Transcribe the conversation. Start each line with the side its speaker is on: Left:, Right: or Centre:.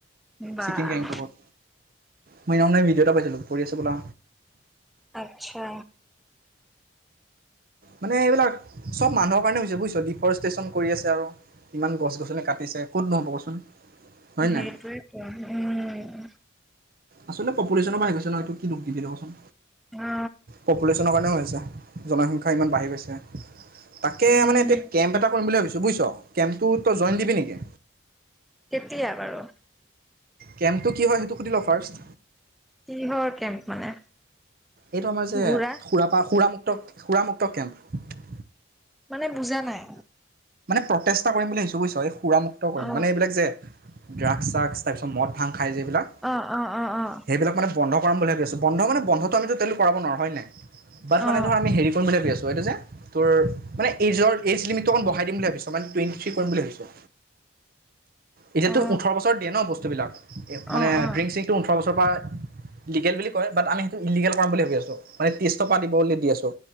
Centre: বাহ।
Right: ছিকিম গেংটকত মই সেইদিনা ভিডিঅ' এটা পাইছিলো। পৰি আছে বোলা।
Centre: আচ্ছা।
Right: মানে এইবিলাক চব মানুহৰ কাৰণে হৈছে বুজিছ। ডিফৰেষ্টচন কৰি আছে আৰু। ইমান গছ গছনি কাটিছে, ক'ত নহব কচোন। হয়
Centre: সেইটোৱেইটো।
Right: নাই
Centre: উম।
Right: আচলতে পপুলেশ্যনো বাঢ়ি গৈছে ন, এইতো কি দোষ দিবি তই কচোন?
Centre: অ
Right: পপুলেশ্যনৰ কাৰণেও হৈছে। জনসংখ্যাও ইমান বাঢ়ি গৈছে। তাকে
Centre: উম
Right: মানে এতিয়া কেম্প এটা কৰিম বুলি ভাবিছোঁ। বুজিছ? কেম্পটো তই জইন দিবি নেকি?
Centre: কেতিয়া বাৰু?
Right: কেম্পটো কি হয়? সেইটো সুধি ল ফাৰ্ষ্ট?
Centre: কিহৰ কেম্প মানে?
Right: এইটো আমাৰ যে
Centre: ঘূৰা
Right: সুৰাপা - সুৰামক্ত <unintelligible> সুৰামুক্ত কেম্প।
Centre: মানে বুজা নাই।
Right: প্ৰচেষ্টা কৰিম বুলি ভাবিছোঁ। বুজিছ এই সুৰামুক্ত কৰিম।
Centre: অ
Right: মানে এইবিলাক যে ড্ৰাগছ চাগছ্‌। তাৰপিছত মদ ভাং খাই যে এই বিলাক।
Centre: অ অ অ অ
Right: সেইবিলাক মানে বন্ধ কৰাম বুলি ভাবি আছোঁ। বন্ধ মানে বন্ধটো আমিতো টো এইটো কৰাব নোৱাৰোঁ। হয় নাই? বাট মানে
Centre: অ
Right: ধৰ আমি হেৰি কৰিম বুলি ভাবি আছোঁ। তইটো যে। তোৰ মানে এইজৰ এজ লিমিটটো অক ব- পঠাই দিম বুলি ভাবিছোঁ এটা মানে টুৱেণ্টি থ্ৰী কৰিম বুলি ভাবিছোঁ। এতিয়াতো
Centre: অ
Right: ওঠৰ বছৰ দিয়ে ন বস্তুবিলাক মানে
Centre: অ অ
Right: ড্ৰিংক চিংটো ওঠৰ বছৰ। হয় লিগেল বুলি কয় বাট আমি সেইটো ইলিগেল। কৰাম বুলি ভাবি আছোঁ। মানে ত্ৰিশ টকা দিবলে দি আছোঁ।